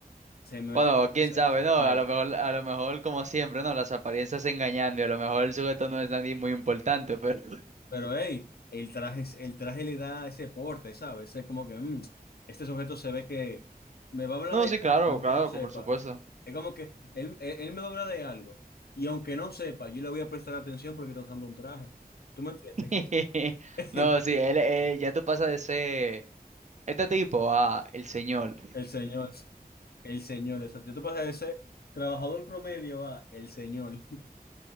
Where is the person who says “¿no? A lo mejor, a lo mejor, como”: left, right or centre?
Right